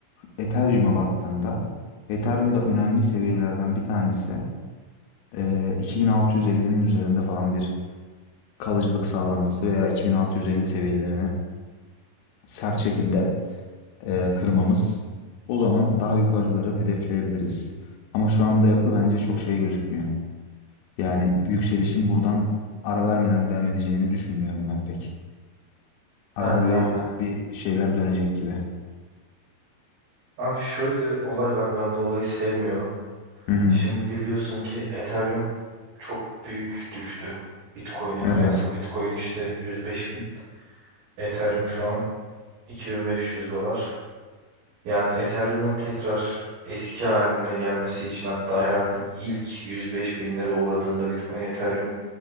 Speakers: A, on the left; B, on the right.
A: Ethereum'a baktığımda Ethereum'da önemli seviyelerden bir tanesi e, 2650'nin üzerinde falan bir kalıcılık sağlanması veya 2650 seviyelerini sert şekilde e, kırmamız. O zaman daha yukarıları hedefleyebiliriz. Ama şu anda yapı bence çok şey gözükmüyor. Yani yükselişin buradan ara vermeden devam edeceğini düşünmüyorum ben pek. Arada
B: Ben de
A: bir,
B: aynen.
A: bir şeyler dönecek gibi.
B: Abi şöyle olay var. Ben bu olayı sevmiyorum.
A: Hı hı,
B: Şimdi biliyorsun ki Ethereum çok büyük düştü. Bitcoin'e kıyasla.
A: evet.
B: Bitcoin işte 105.000 Ethereum şu an 2500 dolar. Yani Ethereum'un tekrar eski haline gelmesi için hatta herhalde ilk 105 bin lira uğradığında Bitcoin Ethereum